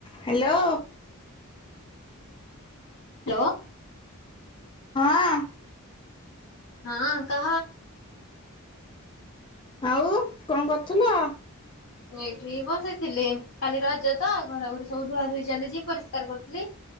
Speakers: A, on the left (about 20°); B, on the left (about 60°).
A: ହ୍ୟାଲୋ।
B: ହ୍ୟାଲୋ,
A: ହଁ।
B: ହଁ କହ।
A: ଆଉ କଅଁ କରୁଥିଲ?
B: ଏଇଠି ବସିଥିଲି କାଲି ରଜ ତ ଘର ଘରେ ସବୁ ଧୁଆ ଧୁୋଇ ଚାଲିଛି ପରିଷ୍କାର କରୁଥିଲି।